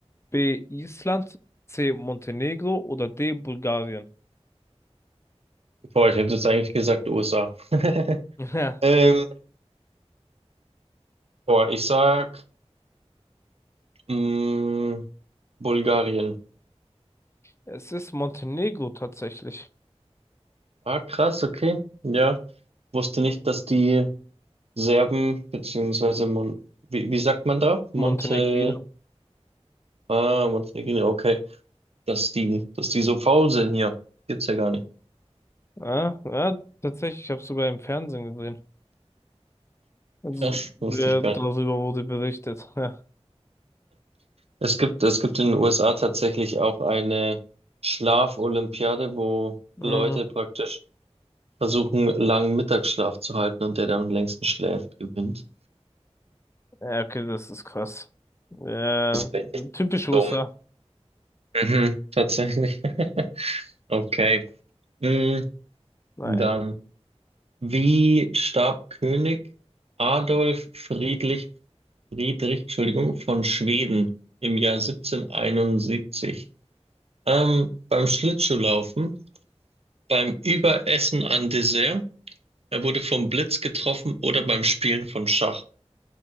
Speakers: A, on the left; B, on the right.
A: B. Island, C. Montenegro oder D. Bulgarien?
B: Boah, ich hätte jetzt eigentlich gesagt USA. <laughs>
A: Ja,
B: Ähm, boah, ich sag mh, Bulgarien.
A: es ist Montenegro tatsächlich.
B: Ah, krass, okay. Ja, wusste nicht, dass die Serben, beziehungsweise Mon wie, wie sagt man da? Monte,
A: Montenegrino.
B: ah, Montenegrin, okay. dass die, dass die so faul sind hier. Gibt's ja gar nicht.
A: Ja, ja, tatsächlich, ich habe es sogar im Fernsehen gesehen. Also,
B: Krass,
A: ja,
B: wusste ich gar
A: darüber
B: nicht.
A: wurde berichtet. <laughs> Ja.
B: Es gibt, es gibt in den USA tatsächlich auch eine Schlafolympiade, wo
A: Mhm.
B: Leute praktisch versuchen, langen Mittagsschlaf zu halten und der, der am längsten schläft, gewinnt.
A: Ja, okay, das ist krass. Ja,
B: Das ist richtig
A: typisch USA.
B: dumm. Mhm, tatsächlich. <laughs> Okay. Mm,
A: Naja,
B: Dann, wie starb König Adolf Friedrich, Friedrich, Entschuldigung, von Schweden im Jahr 1771? Ähm, beim Schlittschuhlaufen, beim Überessen an Dessert, er wurde vom Blitz getroffen oder beim Spielen von Schach.